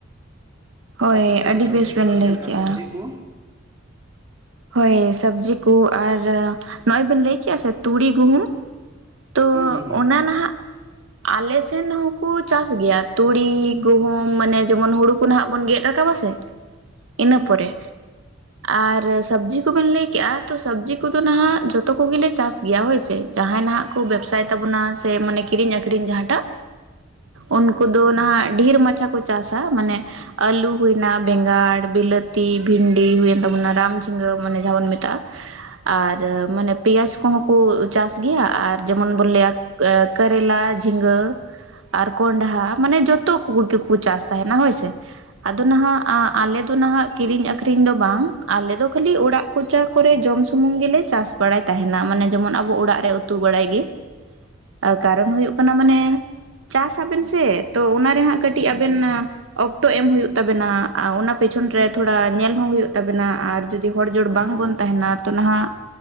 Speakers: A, on the right; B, on the right.
A: ᱟᱪᱪᱷᱟ
B: ᱦᱳᱭ
A: ᱟᱯᱮ ᱥᱮᱫ
B: ᱟᱹᱰᱤ
A: ᱫᱚ ᱥᱟᱹᱵᱽᱡᱤ
B: ᱵᱮᱥ ᱵᱮᱱ
A: ᱠᱚᱫᱚ ᱪᱮᱫ
B: ᱞᱟᱹᱭ
A: ᱞᱮᱠᱟ
B: ᱠᱮᱜᱼᱟ
A: ᱥᱟᱹᱵᱽᱡᱤ ᱠᱩ?
B: ᱦᱳᱭ, ᱥᱟᱹᱵᱽᱡᱤ ᱠᱩ ᱟᱨ ᱱᱚᱜᱼᱚᱭ ᱵᱮᱱ ᱞᱮᱭ ᱠᱮᱜᱼᱟ ᱥᱮ ᱛᱩᱲᱤ ᱜᱩᱦᱩᱢ ᱛᱚ
A: ᱦᱮᱸ ᱦᱮᱸ
B: ᱚᱱᱟ ᱱᱟᱦᱟᱜ
A: <inaudible>
B: ᱟᱞᱮᱥᱱ ᱦᱚᱸ ᱠᱩ ᱪᱟᱥ ᱜᱮᱭᱟ ᱛᱩᱲᱤ, ᱜᱩᱦᱩᱢ ᱢᱟᱱᱮ ᱡᱮᱢᱚᱱ ᱦᱩᱲᱩ ᱠᱚ ᱱᱟᱦᱟᱜ ᱵᱚᱱ ᱜᱮᱫ ᱨᱟᱠᱟᱵᱟ ᱥᱮ
A: <inaudible>
B: ᱤᱱᱟᱹ ᱯᱚᱨᱮ, ᱟᱨ ᱥᱟᱹᱵᱽᱡᱤ ᱠᱚᱵᱮᱱ ᱞᱟᱹᱭ ᱠᱮᱜ-ᱟ ᱛᱚ ᱥᱟᱹᱵᱽᱡᱤ ᱠᱚᱫᱚ ᱱᱟᱦᱟᱜ ᱡᱚᱛᱚ ᱠᱚᱜᱮ ᱞᱮ ᱪᱟᱥ ᱜᱮᱭᱟ ᱦᱳᱭᱥᱮ᱾ ᱡᱟᱦᱟᱸᱭ ᱱᱟᱦᱟᱜ ᱠᱚ ᱵᱮᱵᱥᱟᱭ ᱛᱟᱵ ᱚᱱᱟ ᱥᱮ ᱢᱟᱱᱮ ᱠᱤᱨᱤᱧ ᱟᱠᱷᱨᱤᱧ ᱡᱟᱦᱟᱸᱴᱟᱜ, ᱩᱱᱠᱩ ᱫᱚ ᱱᱟᱦᱟᱜ ᱰᱷᱤᱨ ᱢᱟᱪᱷᱟᱠ ᱠᱚ ᱪᱟᱥᱟ ᱢᱟᱱᱮ ᱟᱹᱞᱩ ᱦᱩᱭᱱᱟ ᱵᱮᱸᱜᱟᱲ, ᱵᱤᱞᱟᱹᱛᱤ, ᱵᱷᱤᱱᱰᱤ ᱦᱩᱭᱮᱱ ᱛᱟᱵᱚᱱᱟ ᱨᱟᱢ <unintelligible> ᱡᱷᱤᱸᱜᱟᱹ ᱢᱟᱱᱮ ᱡᱟᱦᱟᱸ ᱵᱚᱱ ᱢᱮᱛᱟᱜᱼᱟ ᱟᱨ ᱢᱟᱱᱮ ᱯᱮᱸᱭᱟᱡᱽ ᱠᱚᱦᱚᱸ ᱠᱚ ᱪᱟᱥ ᱜᱮᱭᱟ ᱟᱨ ᱡᱮᱢᱚᱱ ᱵᱚᱱ ᱞᱮᱭᱟ ᱮ ᱠᱟᱨᱮᱞᱟ ᱡᱷᱤᱸᱜᱟᱹ ᱟᱨ ᱠᱚᱱᱰᱷᱟ ᱢᱟᱱᱮ ᱡᱚᱛᱚ ᱠᱚᱜᱮ ᱠᱩ ᱪᱟᱥ ᱛᱟᱦᱮᱱᱟ ᱦᱳᱭ ᱥᱮ ᱟᱫᱚ ᱱᱟᱦᱟᱜ ᱟᱸ ᱟᱞᱮ ᱛᱩ ᱱᱟᱦᱟᱜ ᱠᱤᱨᱤᱧ ᱟᱠᱷᱨᱤᱧ ᱫᱚ ᱵᱟᱝ ᱟᱞᱮ ᱫᱚ ᱠᱷᱟᱹᱞᱤ ᱚᱲᱟᱜ ᱠᱚᱪᱟ ᱠᱚᱨᱮ ᱡᱚᱢ ᱥᱩᱢᱩᱝ ᱜᱮᱞᱮ ᱪᱟᱥ ᱵᱟᱲᱟᱭ ᱛᱟᱦᱮᱱᱟ᱾ ᱢᱟᱱᱮ ᱡᱮᱢᱚᱱ ᱟᱵᱚ ᱚᱲᱟᱜ ᱨᱮ ᱩᱛᱩ ᱵᱟᱲᱟᱭ ᱜᱮ᱾
A: <inaudible>
B: ᱟᱻ ᱠᱟᱨᱚᱱ ᱦᱩᱭᱩᱜ ᱠᱟᱱᱟ ᱢᱟᱱᱮ ᱪᱟᱥ ᱟᱵᱮᱱ ᱥᱮ ᱛᱚ ᱚᱱᱟᱨᱮᱦᱟᱸᱜ ᱠᱟᱹᱴᱤᱡ ᱟᱵᱮᱱ ᱚᱠᱛᱚ ᱮᱢ ᱦᱩᱭᱩᱜ ᱛᱟᱵᱮᱱᱟ ᱟᱸ ᱚᱱᱟ ᱯᱮᱪᱷᱚᱱ ᱨᱮ ᱛᱷᱚᱬᱟ ᱧᱮᱞ ᱦᱚᱸ ᱦᱩᱭᱩᱜ ᱛᱟᱵᱮᱱᱟ ᱟᱨ ᱡᱩᱫ ᱦᱚᱲ ᱡᱳᱲ
A: ᱮᱠᱥᱚ
B: ᱵᱟᱝᱵᱚᱱ
A: ᱵᱟᱨ
B: ᱛᱟᱦᱮᱸᱱᱟ ᱛᱚ ᱱᱟᱦᱟᱜ